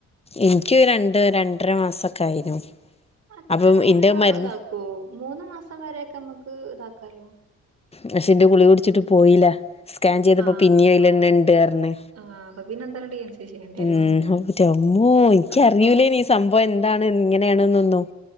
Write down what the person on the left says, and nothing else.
എനിക്ക് രണ്ട് രണ്ടര മാസൊക്കെ ആയിനു
അപ്പം
ഇന്റെ മരുന്ന്
പഷെ എന്റെ ഗുളിക കുടിച്ചിട്ട് പോയില്ല സ്കാൻ ചെയ്തപ്പോ
പിന്നേം അയ്ലെന്നെണ്ട് പർഞ്ഞ്
ഉം ഹൗ എന്റെമ്മോ എക്കറിയൂല്ലേനി
ഈ സംഭവം എന്താണ് ന്ന് എങ്ങനെയാണ് ന്നൊന്നും